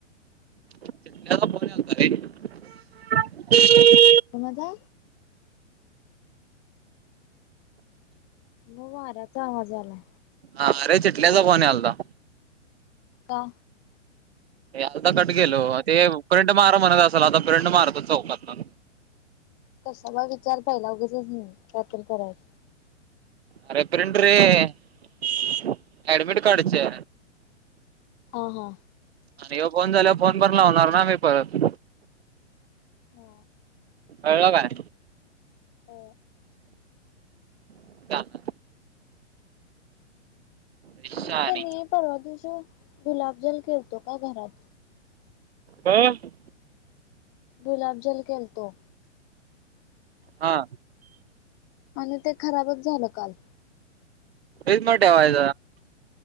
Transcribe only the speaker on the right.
फत रे
हा अरे चटल्याचा बणे आलता
आता कट गेलो ते प्रिंट मार म्हणत असाल आता प्रिंट मारतो चौकातला
अरेपड रे अॅडमिट कार्डचे
आणि फोन झाला फोन पण लावणार ना मी परत
एळ काय
काय शहाणी
हम
हा
एच मोवाय